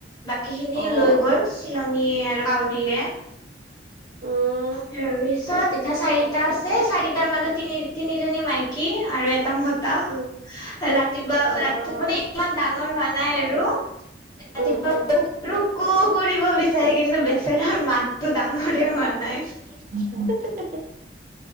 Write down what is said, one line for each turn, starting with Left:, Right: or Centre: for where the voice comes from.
Left: বাকী খিনি
Right: অ',
Left: লৈ গ'ল চিলনীয়ে আৰু কাউৰীয়ে
Right: অ
Left: তাৰ পিছত এতিয়া চাৰিটা আছে চাৰিটাৰ মাজত তিনি তিনিজনী মাইকী আৰু এটা ম টা
Right: উম,
Left: ৰাতিপুৱা
Right: অ',
Left: ৰাতি মানে ইমান ডাঙৰ হোৱা নাই আৰু ৰাতিপুৱা
Right: উম, উম,
Left: কুকুৰোকো কৰিব বিচাৰে কিন্তু বেচেৰাৰ মাতো ডাঙৰে হোৱা নাই নাই
Right: <unintelligible>